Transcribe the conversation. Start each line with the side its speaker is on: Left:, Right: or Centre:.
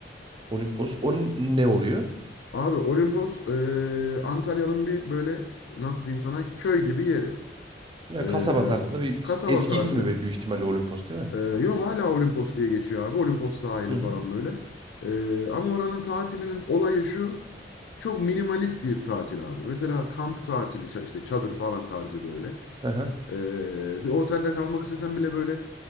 Right: Olimpos. O n- ne oluyor?
Left: Abi Olimpos e, Antalya'nın bir böyle nasıl diyeyim sana köy gibi yeri.
Right: Ya
Left: E,
Right: kasaba tarzında bir
Left: kasaba
Right: eski
Left: tarzı.
Right: ismi ve büyük ihtimalle Olimpos değil mi?
Left: E, yo hala Olimpos diye geçiyor abi. Olimpos sahili
Right: Hı hı.
Left: falan böyle. E, ama oranın tatilinin olayı şu. Çok minimalist bir tatil abi. Mesela kamp tatili ça- işte çadır falan tarzı böyle.
Right: Hı hı.
Left: E, bir otelde kalmak istesen bile böyle